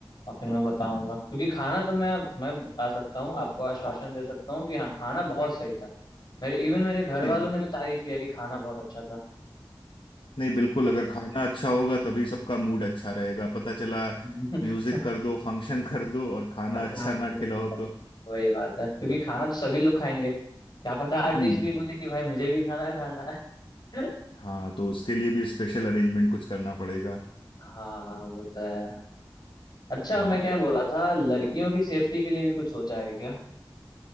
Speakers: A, on the left (about 55°); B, on the left (about 75°).
A: और फिर मैं बताऊंगा
B: हाँ
A: क्योंकि खाना तो मैं मैं बता सकता हूँ आपको आश्वासन दे सकता हूँ कि हाँ खाना बहुत सही था मेरे इवन मेरे घर वालों
B: नहीं
A: ने भी तारीफ किया कि खाना बहुत अच्छा था
B: नहीं बिल्कुल अगर खाना अच्छा होगा तभी सबका मूड अच्छा रहेगा पता चला
A: <laughs>
B: म्यूजिक कर दो फंक्शन <laughs> कर दो और खाना
A: पर
B: अच्छा
A: खाना ही
B: ना
A: नहीं
B: खिलाओ तो
A: वही बात है क्योंकि
B: हम्म
A: खाना तो सभी लोग खाएंगे क्या पता आर्टिस्ट
B: हम्म।
A: भी बोले कि भाई मुझे भी खाना खाना है <laughs>
B: हाँ तो उसके लिए भी स्पेशल अरेंजमेंट कुछ करना पड़ेगा
A: हाँ वो तो है अच्छा
B: हम्म
A: मैं क्या बोला था लड़कियों की सेफ्टी के लिए भी कुछ सोचा है क्या